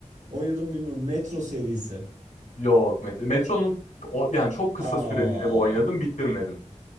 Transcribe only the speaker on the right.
Oynadım mı bilmiyorum. Metro serisi.
Aa.